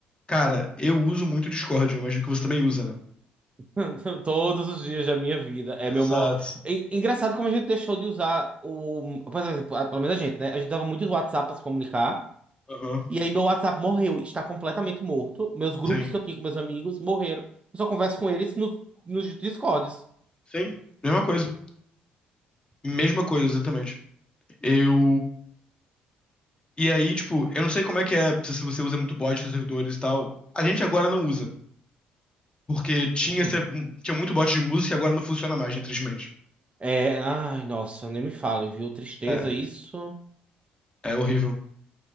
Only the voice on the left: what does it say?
Cara, eu uso muito o Discord, eu imagino que você também usa, né?
Exato.
Aham.
Sim.
Sim. Mesma coisa. Mesma coisa, exatamente. Eu. E aí, tipo, eu não sei como é que é, se você usa muito bot nos servidores e tal. A gente agora não usa. Porque tinha,
essa- tinha muito bot de música e agora não funciona mais, né, tristemente.
É,
é horrível.